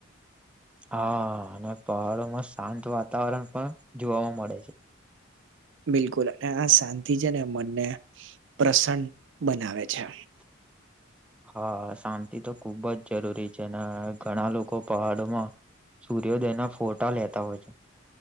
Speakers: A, in the centre; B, on the right.
A: હા અને પહાડોમાં શાંત વાત. વાતાવરણ પણ જોવાવામાં મળે છે
B: બિલકુલ અને આ શાંતિ છે ને મનને પ્રસન્ન બનાવે છે
A: <inaudible> હા શાંતિ તો ખુબ જ જરૂરી છે ને ઘણા લોકો પહાડમાં સૂર્યોદયના ફોટા લેતા હોય છે.